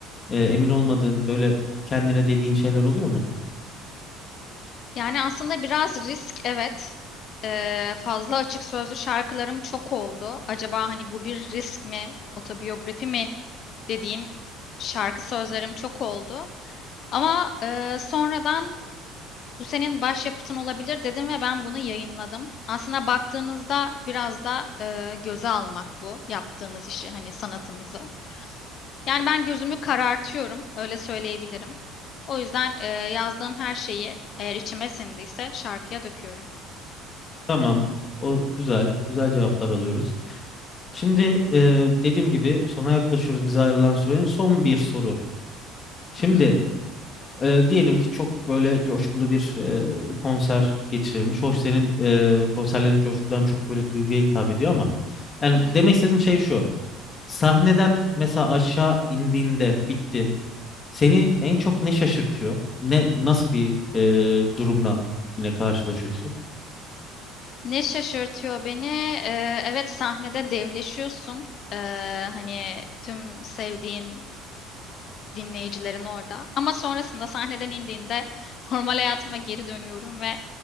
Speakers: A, on the left; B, on the left.
A: e, emin olmadığın
B: Hı.
A: böyle kendine dediğin şeyler oluyor mu?
B: Yani aslında biraz risk evet. Ee, fazla açık sözlü şarkılarım çok oldu. Acaba hani bu bir risk mi, otobiyografi mi dediğim şarkı sözlerim çok oldu. Ama e, sonradan bu senin başyapıtın olabilir dedim ve ben bunu yayınladım. Aslında baktığınızda biraz da e, göze almak bu yaptığınız işi hani sanatınızı. Yani ben gözümü karartıyorum öyle söyleyebilirim. O yüzden e, yazdığım her şeyi eğer içime sindiyse şarkıya döküyorum.
A: Tamam. O güzel. Güzel cevaplar alıyoruz. Şimdi e, dediğim gibi sona yaklaşıyoruz Biz ayrılan sürenin son bir soru. Şimdi
B: Hı hı,
A: E, diyelim ki çok böyle coşkulu bir e, konser geçirilmiş. Hoş senin e, konserlerin coşkudan çok böyle duyguya hitap ediyor ama yani
B: hı hı.
A: demek istediğim şey şu. Sahneden mesela aşağı indiğinde bitti. Seni en çok ne şaşırtıyor? Ne nasıl bir e, durumla yine karşılaşıyorsun?
B: Ne şaşırtıyor beni? Ee, evet sahnede devleşiyorsun. Ee, hani tüm sevdiğin dinleyicilerin orada. Ama sonrasında sahneden indiğinde <laughs> normal hayatıma geri dönüyorum ve